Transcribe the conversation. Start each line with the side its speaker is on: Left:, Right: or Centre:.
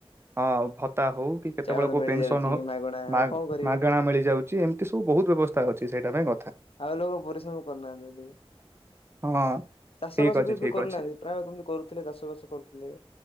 Right: ହଁ ଭତ୍ତା ହଉ କି କେତବେଳେ
Left: ଚାଉଳ
Right: କୋଉ
Left: ମିଳିଯାଉଛି
Right: ପେନସନ୍ ହଉ
Left: ମାଗଣା
Right: ମା
Left: ଆଉ କଣ କରିବେ
Right: ମାଗଣା ମିଳିଯାଉଚି ଏମ୍ ତି ସବୁ ବହୁତ ବ୍ୟବସ୍ଥା ଅଛି। ସେଇଟା ପାଇଁ କଥା।
Left: ଆଉ ଲୋକ ପରିଶ୍ରମ କରୁନାହାନ୍ତି ଦେ
Right: ହଁ
Left: ଚାଷ
Right: ଠିକ
Left: ବାସ
Right: ଅଛି
Left: ବି ଏବେ
Right: ଠିକ
Left: କରୁନାହାନ୍ତି।
Right: ଅଛି
Left: ପ୍ରାୟ ଯେମିତି କରୁଥିଲେ ଚାଷ ବାସ କରୁଥିଲେ।